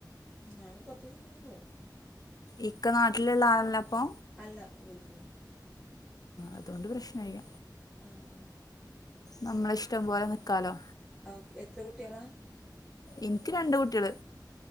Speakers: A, in the centre; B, on the left.
A: ഞാൻ കൊറച്ച് ദിവസം നിന്ന് പോവും
B: ഇക്ക നാട്ടിലുള്ള ആളല്ല അപ്പൊ
A: അല്ല ഗൾഫിലാ
B: അതുകൊണ്ട് പ്രശ്നം ഇല്ല
A: ആ ആ
B: നമ്മളിഷ്ടം പോലെ നിക്കാലോ
A: ആഹ് ഓ എത്ര കുട്ടികളാ
B: എനിക്ക് രണ്ട് കുട്ടികള്